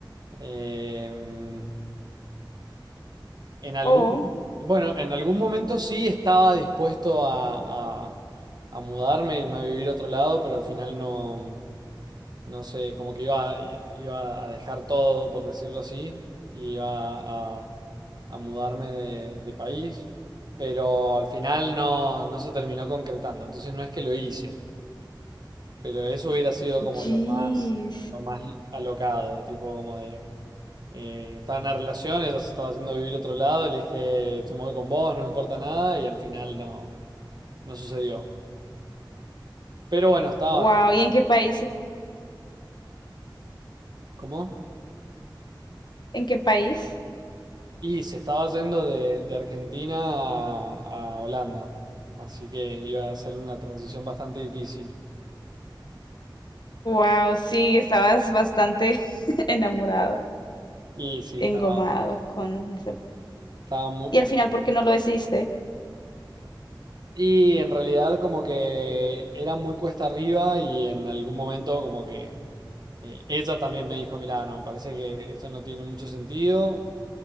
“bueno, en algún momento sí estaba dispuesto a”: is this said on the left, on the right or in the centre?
Right